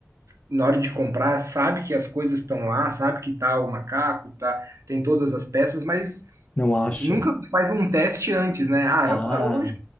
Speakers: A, on the right; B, on the left.
A: na hora de comprar, sabe que as coisas estão lá, sabe que tá o macaco, tá, tem todas as peças, mas
B: Não acha?
A: nunca faz um teste antes, né? Ah,
B: Ah,
A: eu- hoje